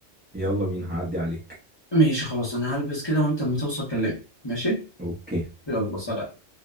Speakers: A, on the right; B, on the left.
A: يلا بينا هعدي عليك
B: ماشي خلاص انا هلبس كده وانت لما توصل كلمني ماشي
A: اوكي
B: يلا سلام